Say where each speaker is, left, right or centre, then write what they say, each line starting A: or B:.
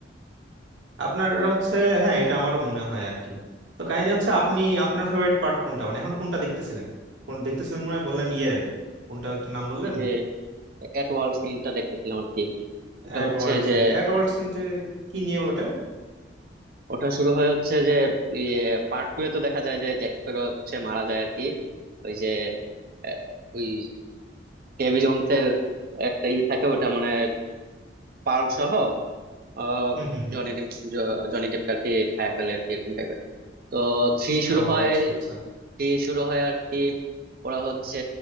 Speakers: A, on the right (about 80°); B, on the right (about 55°).
A: আপনার হচ্ছে হ্যাঁ এটা আমারও মনে হয় আর কি তো কাহিনী হচ্ছে আপনি আপনার ফেভারিট পার্ট কোনটা মানে এখন কোনটা দেখতেছিলেন কোন দেখতেছিলেন মনে হয় বললেন ইয়ে কোনটা ওটার নাম বললেন
B: এই যে এট ওয়ার্ল্ডস ইনটা দেখতেছিলাম আর কি এটা
A: অ্যাট
B: হচ্ছে
A: ওয়ার্ল্ড সিনতে
B: যে
A: অ্যাট ওয়ার্ল্ড সিনতে কি নিয়ে ওটা
B: ওটা শুরু হয় হচ্ছে যে ইয়ে পার্ট টু এ তো দেখা যায় যে জ্যাক স্প্যারো হচ্ছে মারা যায় আর কি ওই যে আহ, ওই কেভি জোনস এর একটা ই থাকে ওটা মানে পার্ল সহ আহ,
A: হুম হুম হুম
B: জনি ডেপ জ- জনি ডেপকে আর কি খায় ফেলে আর কি এরকম টাইপের তো থ্রি শুরু
A: ও
B: হয়
A: আচ্ছা আচ্ছা
B: থ্রি শুরু হয় আর কি ওরা হচ্ছে